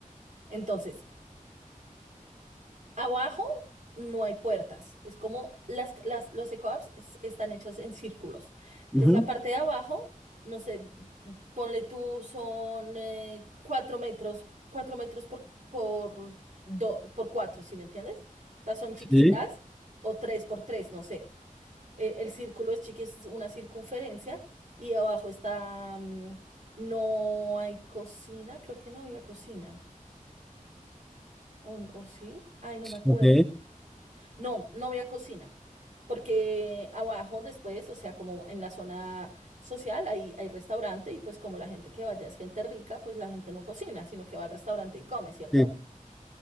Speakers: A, on the right; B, in the centre.
A: Entonces, Abajo no hay puertas. Es como las, las, los eco-apps es- están hechos en círculos. Entonces,
B: Ujú.
A: la parte de abajo, no sé, ponle tú, son eh, cuatro metros, cuatro metros por, por, do- por cuatro, ¿sí me entiendes? O sea, son chiquitas
B: Sí,
A: o tres por tres, no sé. Eh, el círculo es chiqui, es una circunferencia y abajo está, mm, no hay cocina, creo que no había cocina. ¿O, o sí? Ay, no me acuerdo.
B: ok,
A: No, no había cocina, porque abajo después, o sea, como en la zona social hay, hay restaurante y pues como la gente que vaya es gente rica, pues la gente no cocina, sino que va al restaurante y come, ¿cierto?
B: sí,